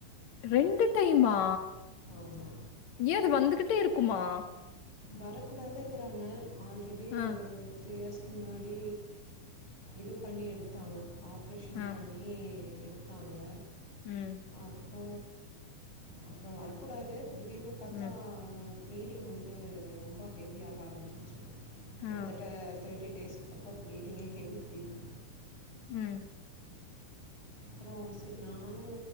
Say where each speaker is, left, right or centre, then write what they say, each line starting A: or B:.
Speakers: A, on the left; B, on the left.
A: ரெண்டு டைமா
B: ஆமா.
A: ஏ அது வந்துகிட்டே இருக்குமா?
B: வரக்கூடாதுங்றாங்க ஆல்ரெ
A: அ.
B: திரீ இயஸ்க் முன்னாடி இது பண்ணி எடுத்தாங்க ஆப்ரேஷன்
A: ஆ
B: பண்ணி ணி எடுத்தாங்க.
A: ம்.
B: அப்றோ அப்றோ வரக்கூடாது திடீர்னு பாத்தா
A: ம்
B: ப்ளீடிங் வந் து ரொம்ப ஹெவியாக ஆரம்பிச்சிட்ச்சு கிட்டதட்ட
A: ஆ
B: தேட்டி டேஸ் பக்கோ ப்ளீடிங்கே ஹேவி ப்ளீடிங்.
A: ம்.
B: அப்றோ செரி நானூ